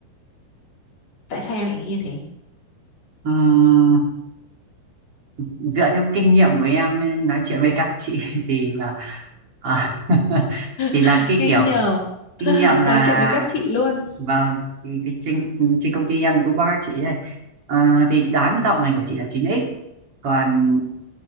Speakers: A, on the left; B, on the right.
A: tại sao em lại nghĩ như thế
B: Ừm, dựa theo kinh nghiệm của em nói chuyện với các chị <laughs> thì là à, <laughs> thì
A: <laughs>
B: là cái
A: kinh
B: kiểu
A: nhờ <sighs>
B: kinh nghiệm là
A: nói chuyện với các chị luôn
B: Vâng, thì, thì trên, trên công ty em thì cũng có các chị đây. À, thì đán giọng này của chị là chín x Còn